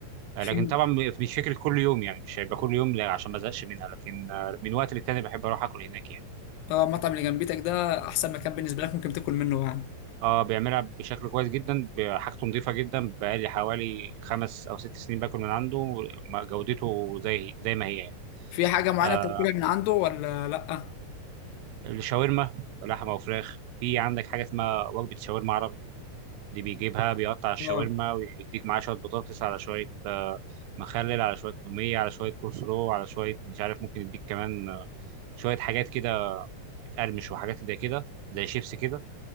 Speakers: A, on the left; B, on the right.
A: في
B: آه، لكن طبعا م- مش فكره كل يوم يعني مش هيبقى كل يوم لا، عشان ما ازهقش منها لكن آه، من وقت للتاني بحب اروح اكل هناك يعني
A: اه المطعم اللي جنبيتك ده احسن مكان بالنسبه لك ممكن تاكل منه يعني
B: اه بيعملها بشكل كويس جدا ب- حاجته نظيفه جدا بقالي حوالي خمس او ست سنين باكل من عنده ما- جودته زي زي ما هي يعني
A: في حاجة معينة
B: آه
A: بتاكلها من عنده ولا لأ؟
B: الشاورما لحمه وفراخ في عندك حاجه اسمها وجبه شاورما عربي دي بيجيبها بيقطع الشاورما
A: اه
B: ويديك معاها شويه بطاطس على شويه آه مخلل على شويه توميه على شويه كول سلو على شويه مش عارف ممكن يديك كمان آه، شويه حاجات كده بتقرمش وحاجات زي كده زي شيبس كده